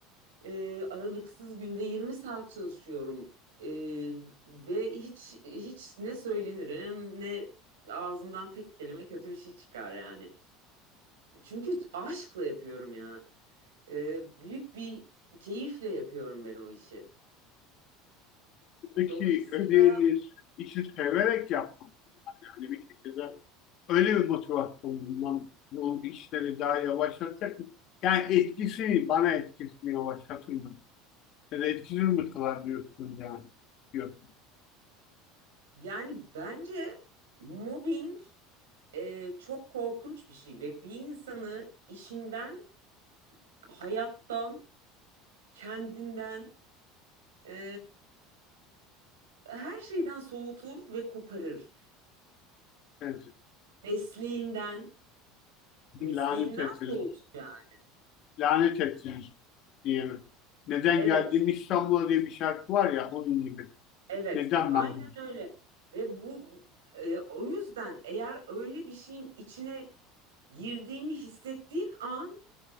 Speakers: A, on the right (about 65°); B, on the left (about 45°).
A: e, aralıksız günde 20 saat çalışıyorum. E, ve hiç hiç ne söylenirim ne ağzımdan tek kelime kötü bir şey çıkar yani. Çünkü aşkla yapıyorum ya. Ee, büyük bir keyifle yapıyorum ben o işi.
B: Buradaki
A: Dolayısıyla
B: ödeviniz işi severek yaptım. Yani bir şekilde öyle bir motivasyon bulmam bu işleri daha yavaşlatacak mı? Yani etkisi bana etkisini yavaşlatır mı? Ya da etkisiz mi kılar diyorsunuz yani. Yok.
A: yani bence mobbing e, çok korkunç bir şey ve bir insanı işinden, hayattan, kendinden, e, her şeyden soğutur ve koparır.
B: Evet.
A: Mesleğinden, mesleğinden
B: Lanet ettiniz.
A: soğutur yani.
B: Lanet ettiniz diyelim. Neden
A: Evet,
B: geldim İstanbul'a diye bir şarkı var ya onun gibi.
A: evet,
B: Neden
A: aynen
B: ben bunu?
A: öyle. Ve bu e, o yüzden eğer öyle bir şeyin içine girdiğini hissettiğin an